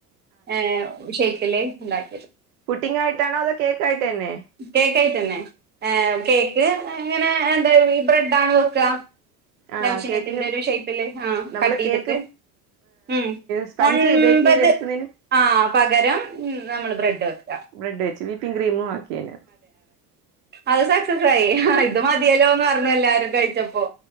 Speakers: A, on the right; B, on the right.
A: പിന്നെ ഏ.. ഇല്ലായ്
B: പുട്ടിംങ്ങായിട്ടാണോ അതോ കേക്കായിട്ടുതന്നെ
A: കേക്കായിട്ട് തന്നെ ആ.. കേക്ക്, അ എങ്ങനെഎന്തായീബ്രെഡാണ് വെക്കുക.
B: ആഹ്
A: ലൗചിഹ്നത്തിന്റെ
B: കേക്കിന്
A: ഒരു ഷേപ്പില് ആ..
B: നമ്മള്
A: കട്ട് ചെയ്തിട്ട്
B: കേക്ക്
A: ഉം..
B: സ്പഞ്ച്
A: ഒൻപത്
B: ബേക്ക് ചെയ്തെടുക്കുന്നതിന്
A: ആ. പകരം നമ്മള് ബ്രെഡ്‌വെക്കുക.
B: ബ്രെഡ് വെച്ച് ക്രീമും ആക്കിയേനെ
A: അത് സക്സസ്സായി ഇത് മതിയല്ലോന്ന് പറഞ്ഞെല്ലാ കഴിച്ചപ്പോ